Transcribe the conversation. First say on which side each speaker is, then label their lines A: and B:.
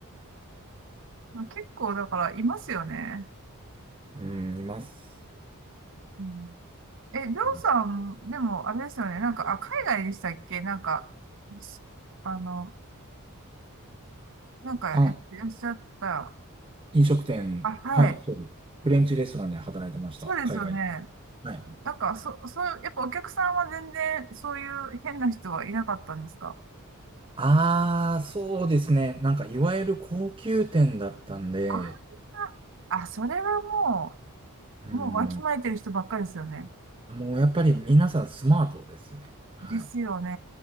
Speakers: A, on the right; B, on the right.
A: まあ、結構だからいますよね。
B: うん、います。
A: うんえ、りょうさん、
B: うん
A: でも、あれですよね。なんか、あ、海外でしたっけなんか、すあの、なんか、
B: あ、
A: やってらっしゃった。
B: 飲食店。
A: あ、はい。
B: はい、そうです。フレンチレストランで働いてました。
A: そうですよね。
B: 海外で。はい。
A: なんか、そ、そう、やっぱお客さんは全然、そういう変な人はいなかったんですか
B: ああ、そうですね。なんか、いわゆる高級店だったんで、
A: ああ、それはも
B: うん、
A: う、もうわきまえてる人ばっかりですよね。
B: もうやっぱり皆さんスマートですね。はい。
A: ですよね。